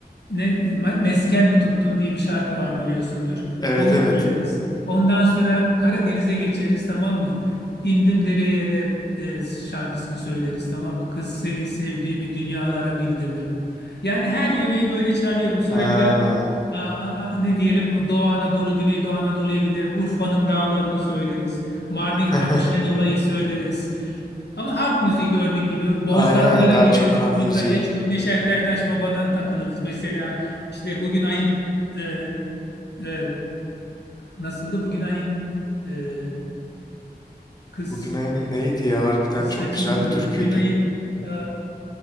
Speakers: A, on the left (about 80°); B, on the left (about 25°).
A: ne me- mesken mi tuttun diye bir şarkı var biliyorsundur.
B: Evet
A: Onu
B: evet.
A: söyleriz. Ondan sonra Karadeniz'e geçeriz tamam mı? İndim dereye de e, şarkısını söyleriz tamam mı? Kız seni sevdiğimi dünyalara bildirdim. Yani her yöreyi böyle çalıyorum. Sonra
B: Ha.
A: biraz a- a- a- ne diyelim Doğu Anadolu, Güneydoğu Anadolu'ya giderek Urfa'nın dağlarını söyleriz. Mardin
B: <laughs>
A: Kapışen olayı söyleriz. Ama halk müziği gördüğün gibi bozlaklara
B: Aynen aynen daha
A: gireriz.
B: çok halk
A: Yukarıya
B: müziği.
A: çıkıp Neşet Ertaş Baba'dan takılırız. Mesela işte bugün ayın e, e, nasıldı? Bugün ayın e, kız,
B: Bugünün neydi ya harbiden
A: kız
B: çok
A: saçındaki
B: güzel bir
A: öyle.
B: türküydü.
A: Bugün ayın e,